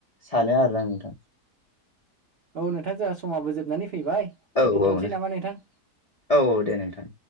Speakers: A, on the left (about 50°); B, on the right (about 55°).
A: सानो आरोना आं नोंथां।
B: औ नोंथां जोंहा समाबो जोबनानै फै फैबाय
A: औ
B: दोनथ'नोसै
A: औ
B: नामा नोंथां?
A: औ औ दे नोंथां